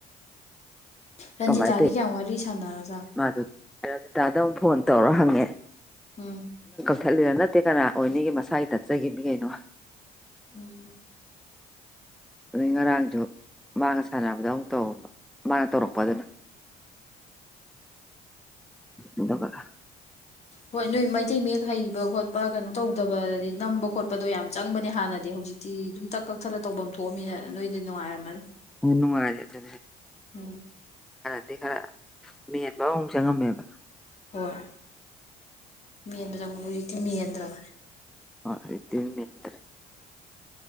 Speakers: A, on the left; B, in the centre.
A: ꯔꯟꯖꯤꯇꯥꯗꯤ
B: ꯀꯃꯥꯏꯅ ꯇꯧꯏ
A: ꯀꯌꯥꯝ ꯋꯥꯔꯤ ꯁꯥꯟꯅꯔꯔꯕꯒꯦ
B: ꯃꯥꯗꯨ ꯔꯥꯖꯤꯇꯥꯗ ꯑꯃꯨꯛ ꯐꯣꯟ ꯇꯧꯔꯣ ꯍꯪꯉꯦ
A: ꯎꯝ
B: ꯊꯠꯂꯤꯗ ꯅꯠꯇꯦ ꯀꯅꯥ ꯑꯣꯏꯅꯤꯒꯤ ꯃꯁꯥꯒꯤ ꯇꯠꯆꯈꯤꯕꯅꯤ ꯀꯩꯅꯣ
A: ꯎꯝ
B: ꯔꯣꯏ ꯉꯔꯥꯡ ꯆꯣ ꯃꯥꯅ ꯁꯥꯟꯅꯕꯗ ꯑꯃꯨꯛ ꯇꯧꯕ ꯃꯥꯅ ꯇꯧꯔꯛꯄ ꯑꯗꯨꯅ ꯏꯗ ꯀꯔ
A: ꯍꯣꯏ ꯅꯣꯏ ꯃꯩꯇꯩ ꯃꯌꯦꯛ ꯍꯩꯕ ꯈꯣꯠꯄ ꯀꯩꯅꯣ ꯇꯧꯗꯕ ꯅꯝꯕ ꯈꯣꯠꯄꯗꯣ ꯌꯥꯝ ꯆꯪꯕꯅꯦ ꯍꯥꯟꯅꯗꯤ ꯍꯧꯖꯤꯛ ꯍꯧꯖꯤꯛꯇꯤ ꯑꯗꯨꯝ ꯇꯛ ꯀꯛ ꯊꯠꯂ ꯇꯧꯐꯝ ꯊꯣꯛꯑꯃꯤꯅ ꯅꯣꯏꯗ ꯅꯨꯡꯉꯥꯏꯔꯝꯃꯅꯤ
B: ꯍꯅꯨꯡꯃꯦ ꯑꯗꯨ
A: ꯎꯝ
B: ꯑꯩ ꯈꯔ ꯃꯤꯦꯟꯕ ꯑꯃꯨꯛ ꯆꯪꯉꯝꯃꯦꯕ
A: ꯍꯣꯏ ꯃꯦꯟꯕ ꯆ ꯍꯧꯖꯤꯛꯇꯤ ꯃꯦꯟꯗ꯭ꯔꯕꯅꯦ
B: ꯍꯠꯇ ꯃꯇ꯭ꯔꯦ